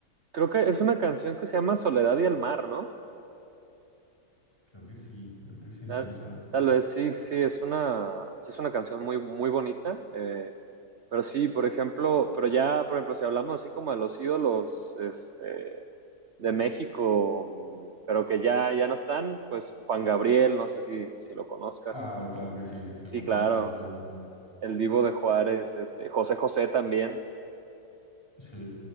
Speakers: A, on the right; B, on the left.
A: creo que es una canción que se llama Soledad y el Mar, ¿no?
B: Creo que sí, creo que sí es
A: Tal,
B: esa.
A: tal vez, sí, sí, sí, es una, sí es una canción muy, muy bonita, eh, pero sí, por ejemplo, pero ya, por ejemplo, si hablamos así como de los ídolos este, de México, mm, pero que ya, ya no están, pues Juan Gabriel, no sé si, si lo conozcas.
B: Ah, claro que sí, sí, sí,
A: Sí,
B: muy conocido,
A: claro,
B: obviamente.
A: el Divo de Juárez, este, José José también.
B: Sí.